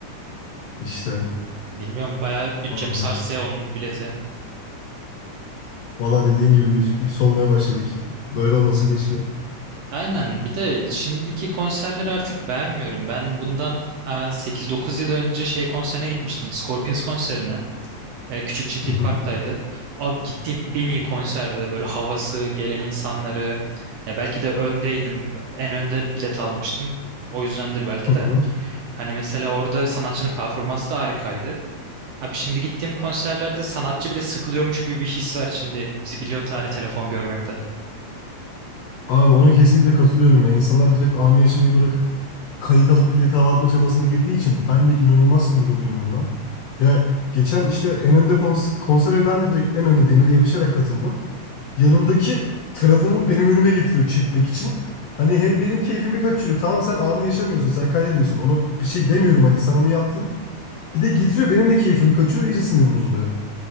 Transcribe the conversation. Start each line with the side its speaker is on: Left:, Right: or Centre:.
Left: işte.
Right: Bilmiyorum bayağı bütçemi
Left: Aa,
Right: sarstı ya onun bileti.
Left: Valla dediğin gibi müziklik solmaya başladık. Böyle olmasa keşke.
Right: Aynen bir de şimdiki konserleri artık beğenmiyorum. Ben bundan sekiz dokuz yıl önce şey konserine gitmiştim. Scorpions konserine. E, küçük çiftlik
Left: Hı hı.
Right: parktaydı. Abi gittiğim en iyi konserde böyle havası, gelen insanları. Ya belki de öndeydim. En önde bilet almıştım. O yüzdendir belki
Left: Hı hı.
Right: de. Hani mesela orada sanatçının performansı da harikaydı. Abi şimdi gittiğim konserlerde sanatçı bile sıkılıyormuş gibi bir his var şimdi biz milyon tane telefon görmekten.
Left: Abi ona kesinlikle katılıyorum ya. İnsanlar direkt anı yaşamayı bırakıp kayıt alıp millete hava atma çabasına girdiği için ben de inanılmaz sinir oluyorum buna. Ya geçen işte en önde kons konsere ben de direkt en önde demire yapışarak katıldım. Yanındaki telefonumu benim önüme getiriyor çekmek için. Hani hem benim keyfimi kaçırıyor. Tamam sen anı yaşamıyorsun, sen kaydediyorsun. Ona bir şey demiyorum hani sen onu yaptın. Bir de getiriyor benim de keyfimi kaçırıyor. iyice sinirim bozuluyor.